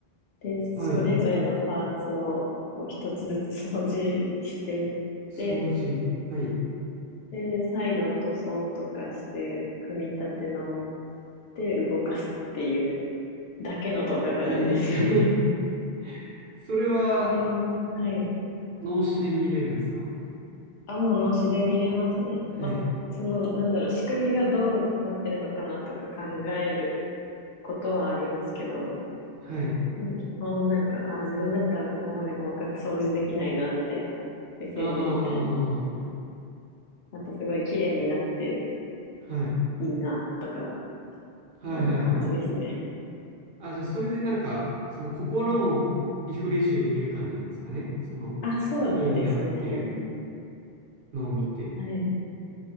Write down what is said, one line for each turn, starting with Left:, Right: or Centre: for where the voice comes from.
Left: で、それぞれのパーツをこう一つずつ掃除していって、
Right: はい。掃除。はい。
Left: で、再度塗装とかして組み立て直して動かすっていうだけの動画があるんですよ。
Right: えー、<laughs> それは
Left: それを、はい、
Right: 脳死で見れるんですか
Left: あ、もう脳死で見れますね。
Right: はい。
Left: まあ、その、なんだろう、仕組みがどうなってるのかなとか考えることはありますけど、
Right: はい。
Left: でも基本なんか、ああ自分だったらここまで細かく掃除できないな、みたいな目線で見たり、
Right: ああ、
Left: あとすごい綺麗になって
Right: はい。
Left: いいな、とか、
Right: はいはいはい。
Left: そういう感じですね。
Right: あ、じゃあ、それでなんか、その心もリフレッシュできる感じなんですかね。その、
Left: あ、そうですね。
Right: 綺麗になってるのを見て。
Left: はい。